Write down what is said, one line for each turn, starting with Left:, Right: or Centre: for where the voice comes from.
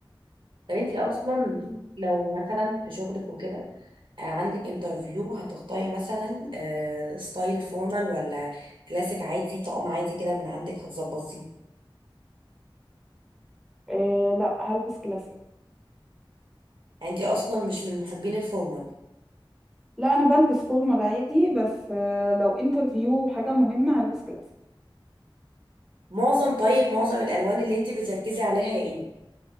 Right: طب انت اصلا لو مثلا في شغلك وكده آه، عندك انترفيو هتختاري مثلا آه، ستايل فورمال ولا كلاسيك عادي طقم عادي كده من عندك هتظبطيه
Centre: آه لا هلبس كلاسيك
Right: يعني انت اصلا مش من محبين الفورمال
Centre: لا انا بلبس فورمال عادي بس آه لو انترفيو حاجه مهمه هلبس كلاسيك
Right: معظم طيب معظم الالوان اللي انت بتركزي عليها ايه